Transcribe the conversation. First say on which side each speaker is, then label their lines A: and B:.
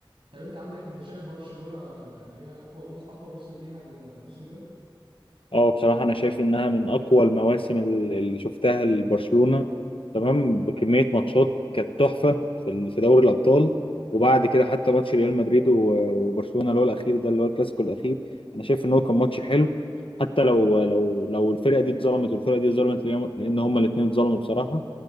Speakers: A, on the right; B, on the left.
A: طب انت عندك انت شايف برشلونة اللي هي اقوى موس اقوى موسم ليها الموسم ده
B: اه بصراحة أنا شايف إنها من أقوى المواسم ال- اللي شفتها لبرشلونة تمام بكمية ماتشات كانت تحفة في ال- في دوري الأبطال وبعد كده حتى ماتش ريال مدريد و- وبرشلونة اللي هو الأخير ده اللي هو الكلاسيكو الأخير أنا شايف إن هو كان ماتش حلو حتى لو لو لو الفرقة دي اتظلمت والفرقة دي اتظلمت لأن لأن هما الاتنين اتظلموا بصراحة